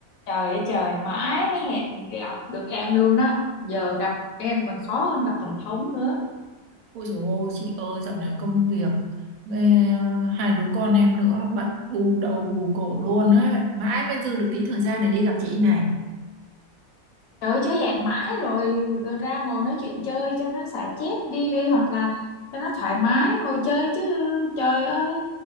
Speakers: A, on the left; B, on the right.
A: Trời ơi trời, mãi mới hẹn gặp được em luôn á. Giờ gặp em còn khó hơn gặp tổng thống nữa.
B: Ôi dồi ôi, chị ơi, dạo này công việc, ê, hai đứa con em nữa, bận bù đầu bù cổ luôn ấy. Mãi mới dư được tí thời gian này đi gặp chị này.
A: Trời ơi, chứ hẹn mãi rồi, rồi ra ngồi nói chuyện chơi cho nó xả chết đi đi hoặc là cho nó thoải mái ngồi chơi chứ. Trời ơi,